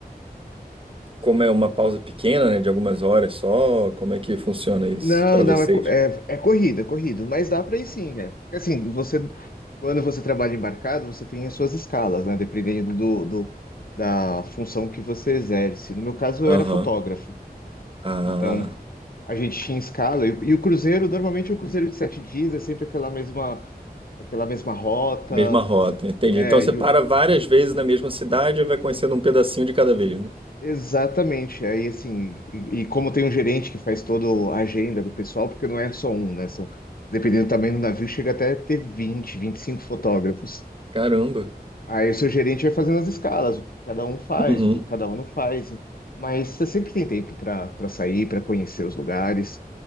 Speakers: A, on the right (about 35°); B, on the left (about 65°).
A: como é uma pausa pequena, né, de algumas horas só? Como é que funciona isso
B: não,
A: pra
B: não,
A: vocês?
B: é, co- é, é corrida, é corrida. Mas dá pra ir sim, né? Porque assim, você, quando você trabalha embarcado, você tem as suas escalas, né? Dependendo do, do, da função que você exerce. No meu caso, eu
A: Aham.
B: era fotógrafo.
A: Ah,
B: Então, a gente tinha escala. E, o- e o cruzeiro, normalmente, o cruzeiro de sete dias, é sempre aquela mesma aquela mesma rota.
A: mesma rota, entendi.
B: É,
A: Então você
B: e
A: para
B: o-
A: várias vezes na mesma cidade e vai conhecendo um pedacinho de cada vez, né?
B: exatamente. Aí, assim, e, e como tem um gerente que faz toda a agenda do pessoal, porque não é só um, né? São, dependendo do tamanho do navio, chega até a ter vinte, vinte e cinco fotógrafos.
A: Caramba.
B: Aí o seu gerente vai fazendo as escalas, o que cada um faz,
A: Uhum.
B: o que cada um não faz. Mas você sempre tem tempo para para sair, para conhecer os lugares.